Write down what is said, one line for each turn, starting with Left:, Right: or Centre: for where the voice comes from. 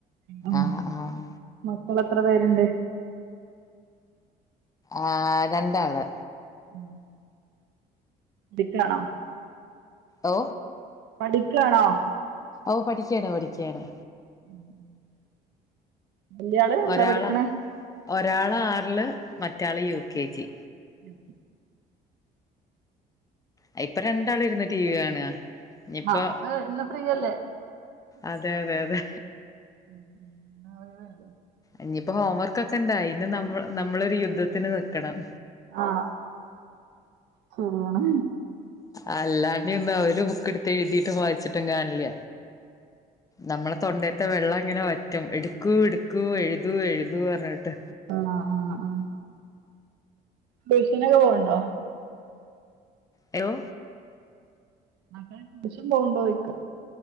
Right: ഉ
Left: ആഹ് ആഹ്
Right: മക്കൾ എത്ര പേരുണ്ട്?
Left: ആ രണ്ടാള്.
Right: ഉം ഠിക്കാണോ?
Left: ഓ
Right: പഠിക്കണോ?
Left: ഓ പഠിക്കണ് പഠിക്കാണ്.
Right: <inaudible> വല്യാള് എന്താ
Left: ഒരാള്
Right: പഠിക്കണേ
Left: ഒരാള് ആറില് മറ്റാള് യു കെ ജി.
Right: ഉ
Left: ആ ഇപ്പൊ രണ്ടാളും ഇരുന്ന് ടി വി കാണാ ഇനിപ്പോ
Right: ആ ഇന്ന് ഇന്ന് ഫ്രീ അല്ലേ
Left: അതെ അതെ അതെ,
Right: ഉം <unintelligible>
Left: ഇനിയിപ്പോ ഹോംവർക്ക്ക്കെ ഇണ്ട ഇന് നമ്മ നമ്മളൊരു യുദ്ധത്തിന് നിക്കണം,
Right: ആ ശരിയാണ്
Left: അല്ലാണ്ട ഒന്നും അവര് ബുക്ക് എടുത്ത് എഴുതീട്ട് വായിച്ചിട്ടും കാണില്ല നമ്മളെ തൊണ്ടത്തെ വെള്ളം ഇങ്ങനെ വറ്റും എടുക്കു എടുക്ക എഴു ഴുതൂ എഴുതൂ പറഞ്ഞാട്
Right: ആഹ ആഹ് ആഹ ട്യൂഷനൊകെ പോകണ്ടോ?
Left: ഹലോ
Right: മക്കൾ ട്യൂഷൻ പോവ്ണ്ടൊ ചൊയിക്കാ